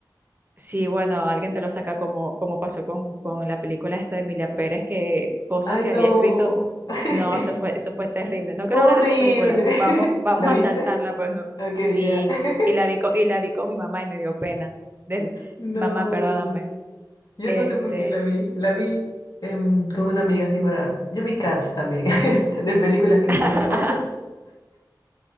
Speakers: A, on the right; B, on the left.
A: Sí, bueno, alguien te lo saca como, como pasó con, con la película esta de Emilia Pérez, que
B: <laughs>
A: cosas
B: Ay,
A: que
B: no.
A: había escrito,
B: <laughs>
A: no, eso fue, eso fue terrible. No quiero
B: Horrible.
A: hablar de esa película,
B: <laughs>
A: vamos, vamos
B: ¿La viste?
A: a saltarla, pero no,
B: Ok,
A: sí,
B: ya. <laughs>
A: y la vi con, y la vi con mi mamá y me dio pena. Des-
B: No.
A: mamá, perdóname.
B: Yo
A: Este,
B: no sé por qué la vi. La vi em, con una amiga así para. Yo vi Cats también. <laughs> De películas cringe
A: <laughs>
B: hablaba. <laughs>